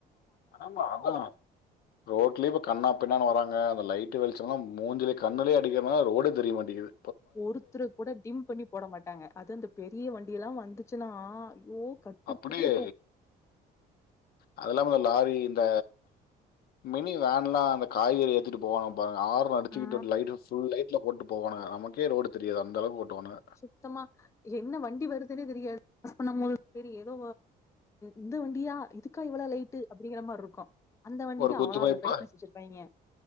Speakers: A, on the left; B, on the left.
A: ஆமா அதான் ரோட்லய இப்ப கன்னா பின்னான்னு வராங்க அந்த லைட்டு வெளிச்சோம்லா மூஞ்சிலே கண்ணுலேயே அடிக்கிறதுனால ரோடே தெரிய மாட்டிங்கிது
B: ஒருத்தர் கூட டிம் பண்ணி போட மாட்டாங்க அதும் அந்த பெரிய வண்டி எல்லாம் வந்துச்சுன்னா ஐயோ கட்டுப்பா
A: அப்படியே
B: இருக்கு
A: அதல்லாம லாரி இந்த மினி வேன்லாம் அந்த காய்கறி ஏத்துட்டு போவாங்க பா ஆர்ன் அடிச்சிக்கிட்டு
B: ஆ
A: லைட்ல புல் லைட் போட்டு போன நமக்கே ரோடு தெரியாது அந்த அளவுக்கு ஓட்டுவானுங்க.
B: சுத்தமா என்ன வண்டி வருதுன்னே தெரியாது அப்போ நம்ம சரி ஏதோ இந்த வண்டியா இதுக்கா இவ்வளோ லைட்டு அப்படிங்கிற மாரி இருக்கு அந்த வண்டிக்கு
A: ஒரு குத்துமதிப்பா
B: அவ்வளோ பிரைட்னஸ் வச்சிருப்பாய்ங்க